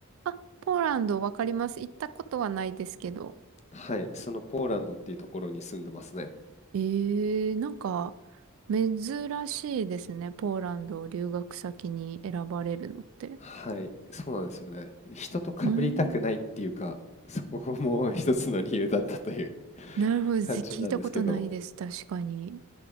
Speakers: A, on the right; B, on the left.
A: あ、ポーランドわかります。行ったことはないですけど。
B: はい。そのポーランドっていうところに住んでますね。
A: えー、なんか、珍しいですね。ポーランドを留学先に選ばれるのって。
B: はい。そうなんですよね。人と被りたくないっていうか、
A: うん。
B: そこも <laughs> 一つの理由だったという <laughs>
A: なるほど。
B: 感じなんですけど、
A: ぜ聞いたことないです。確かに。